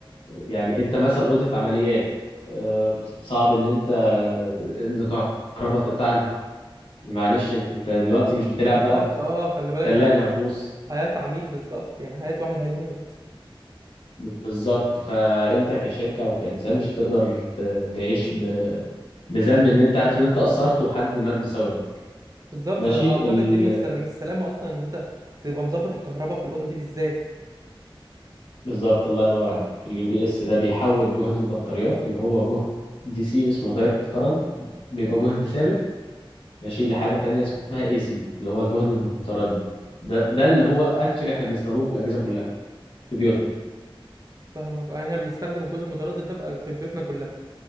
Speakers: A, on the left; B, on the right.
A: يعني انت مثلا اوضه عمليات آه، صعب ان انت ان كهرباء تقطعنا معلش انت أنت دلوقتي مش بتلعب
B: بالظبط
A: بقى في
B: اه خلي بالك
A: ثلاجه
B: ده
A: هتبوظ
B: حياة عميل بالظبط يعني حياة واحد هيموت
A: بالظبط فانت كشركه او كانسان مش هتقدر ت- تعيش ب... بذنب ان انت عارف ان انت قصرت وحد مات بسببه
B: بالظبط
A: ماشي
B: اعتقد
A: ال...
B: دي من السلام السلامة اصلا ان انت تبقى مظبط الكهرباء في الأوضة دي بالذات
A: بالظبط الله ينور عليك اليو بي اس ده بيحول جهد البطاريات اللي هو جهد دي سي اسمه دايركت كارنت بيبقى جهد ثابت ماشي لحاجه تانية اسمها اي سي اللي هو الجهد المتردد ده ده اللي هو اكشلي احنا بنستخدمه في الاجهزه كلها في بيوتنا
B: فاهمك اه يعني احنا بنستخدم الجزء المتردد ده في في بيوتنا كلها